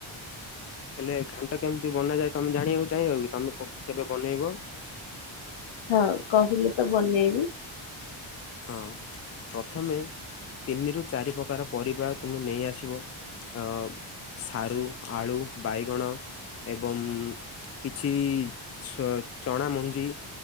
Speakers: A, on the left; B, on the left.
A: ହେଲେ ଘାଣ୍ଟ କେମିତି ବନାଯାଏ ତମେ ଜାଣିବାକୁ ଚାହିଁବ କି, ତମେ କ-କେବେ ବନେଇବ?
B: ହଁ କହିଲେ ତ ବନେଇବି।
A: ହଁ ପ୍ରଥମେ ତିନିରୁ ଚାରି ପ୍ରକାର ପରିବା ତୁମେ ନେଇ ଆସିବ। ଅ ସାରୁ, ଆଳୁ, ବାଇଗଣ ଏବଂ କିଛି ଛ ଚଣା ମଞ୍ଜି,